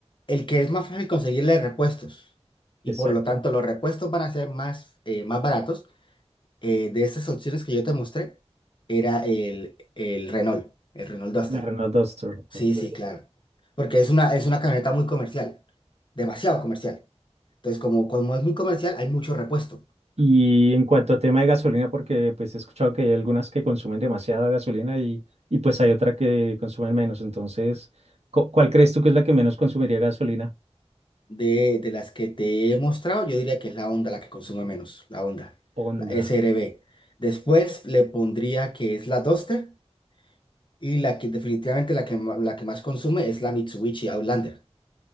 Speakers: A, on the left; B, on the right.
A: el que es más fácil conseguirle repuestos. Y
B: Exacto.
A: por lo tanto, los repuestos van a ser más, eh, más baratos. Eh, de esas opciones que yo te mostré, era el, el Renault, el Renault Duster.
B: La Renault Duster.
A: Sí,
B: ok.
A: sí, claro. Porque es una, es una camioneta muy comercial, demasiado comercial. Entonces, como, como es muy comercial, hay mucho repuesto.
B: Y en cuanto a tema de gasolina, porque pues he escuchado que hay algunas que consumen demasiada gasolina y, y pues hay otra que consumen menos. Entonces, ¿cu- ¿cuál crees tú que es la que menos consumiría gasolina?
A: De, de las que te he mostrado, yo diría que es la Honda la que consume menos, la Honda,
B: Honda.
A: la SRB. Después le pondría que es la Duster y la que definitivamente la que, ma- la que más consume es la Mitsubishi Outlander,